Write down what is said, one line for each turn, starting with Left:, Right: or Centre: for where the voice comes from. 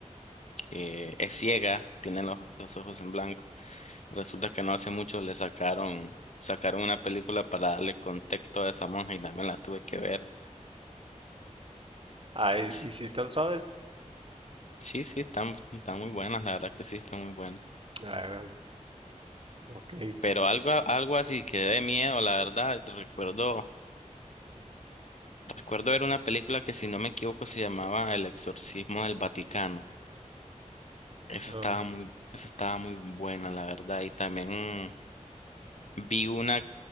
Left: que es ciega, tiene los, los ojos en blanco. Resulta que no hace mucho le sacaron, sacaron una película para darle contexto a esa monja y también la tuve que ver.
Right: Ah, ¿y,
Left: Sí,
Right: y si están suaves?
Left: sí, sí, están, están muy buenas, la verdad que sí, están muy buenas.
Right: Ah, ok,
Left: Pero algo, algo así que dé miedo, la verdad, te recuerdo. Recuerdo ver una película que, si no me equivoco, se llamaba El Exorcismo del Vaticano. Esa
Right: no.
Left: estaba muy, esa estaba muy buena, la verdad. Y también vi una